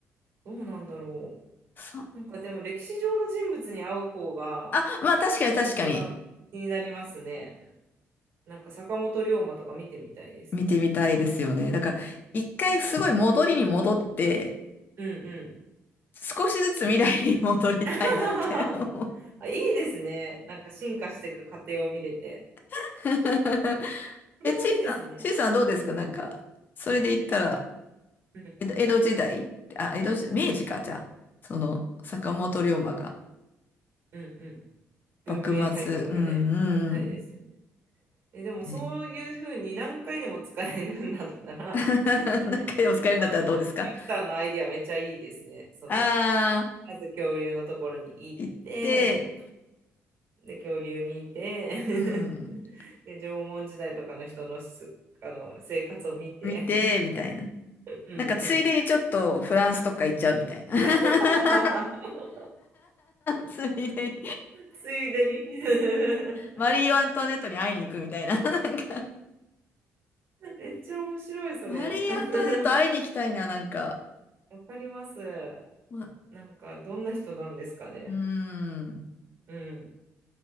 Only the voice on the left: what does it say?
さ
あ、まあ確かに確かに。
見てみたいですよね。だから、一回すごい戻りに戻って、
少しずつ未来に戻りたいなって思う。
<laughs>
え、ちいさん、ちいさんどうですかなんか、それで言ったら、
江戸、江戸時代、あ、江戸時代、明治か、じゃあ、その、坂本龍馬が、
幕末、うん、
うん、
ね <laughs> なんかでも使えるんだったらどうですか
ああ
ー、行って、
うん、
見て、みたいな。
なんかついでにちょっとフランスとか行っちゃうみたいな。<laughs>
ついでに
マリー・アントワネットに会いに行くみたいな。なんか、
マリー・
アントワネット会いに行きたいな、なんか。
ま、
うーん。